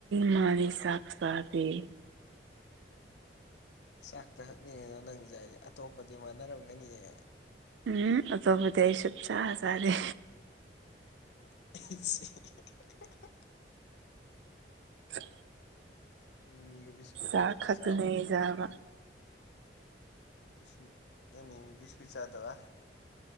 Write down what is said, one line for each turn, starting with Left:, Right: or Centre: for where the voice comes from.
Right: ꯃꯥꯒꯤ ꯁꯥꯥꯛ ꯆꯗꯦ
Left: ꯆꯥꯛꯇ ꯍꯛꯅꯤꯡꯉꯤꯅꯣ ꯅꯪꯖ ꯑꯩ ꯑꯇꯣꯞꯄꯗꯤ ꯃꯥꯟꯅꯔꯝꯒꯅꯤꯌꯦ
Right: ꯎꯝ ꯑꯇꯣꯞꯕꯨꯗꯤ ꯑꯩ ꯁꯨꯞ ꯆꯥ ꯆꯥꯗꯦ
Left: <unintelligible>
Right: <unintelligible>
Left: ꯃꯤꯃꯤꯒ ꯕꯤꯁꯀꯨꯠꯀ
Right: ꯆꯥꯛ
Left: ꯅꯪꯅ
Right: ꯈꯗꯨꯅꯖꯕ
Left: ꯆꯥꯕ ꯑꯣꯏꯔꯝꯒꯅꯤ ꯁ ꯑꯃꯤ ꯕꯤꯁꯀꯨꯠ ꯆꯥꯗꯕ